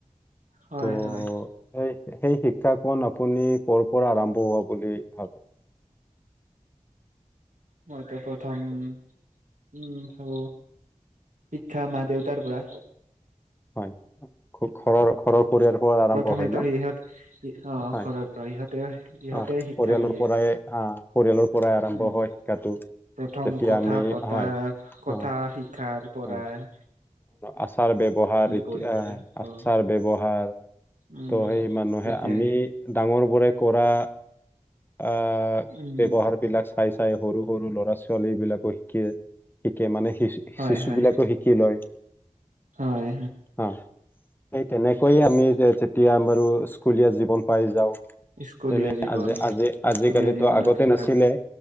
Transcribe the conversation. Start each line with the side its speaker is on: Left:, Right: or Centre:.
Right: হয়
Left: ত'
Right: হয়
Left: এই সেই শিক্ষাকন আপুনি কৰ পৰা আৰম্ভ হোৱা বুলি ভাবে?
Right: মইতো প্ৰথম উম ভাবো। শিক্ষা মা দেউতাৰ পৰা।
Left: হয় খুব খ খৰ পৰিয়াৰ পৰা আৰম্ভ
Right: প্ৰথমেতো
Left: হয় ন
Right: সিহঁত অ'
Left: হয়
Right: ঘৰৰ পৰা ইহঁতে ইহঁতে
Left: অ'
Right: শিক্ষা
Left: পৰিয়ালৰ
Right: দিয়ে
Left: পৰাই অঁ পৰিয়ালৰ পৰাই আৰম্ভ
Right: উম
Left: হয় শিক্ষাটো।
Right: প্ৰথম
Left: যেতিয়া
Right: কথা
Left: আমি
Right: পতাৰ
Left: হয়
Right: কথা
Left: অ
Right: শিকাৰ পৰাই
Left: হয় আচাৰ ব্যৱহাৰীতি
Right: কৰিবলৈ
Left: আচাৰ
Right: অ
Left: ব্যৱহাৰ ত'
Right: উম
Left: সেই মানুহে
Right: তেতিয়াহে
Left: আমি ডাঙৰ বোৰে কৰা আ
Right: উম
Left: ব্যৱহাৰ বিলাক চাই চাই সৰু সৰু ল'ৰা ছোৱালী বিলাকো শিকে শিকে মানে শিক
Right: হয়
Left: শিশু
Right: হয়
Left: বিলাকে শিকি লয়।
Right: হয়।
Left: হা সেই তেনেকৈয়ে
Right: উম
Left: আমি যেতিয়া বাৰু স্কুলীয়া জীৱন পাই যাওঁ তেনে
Right: স্কুলীয়া জীৱন
Left: আজ আজি আজিকালিতো
Right: স্কুলীয়া জীৱনত
Left: আগতে
Right: শিক্ষা
Left: নাছিলে।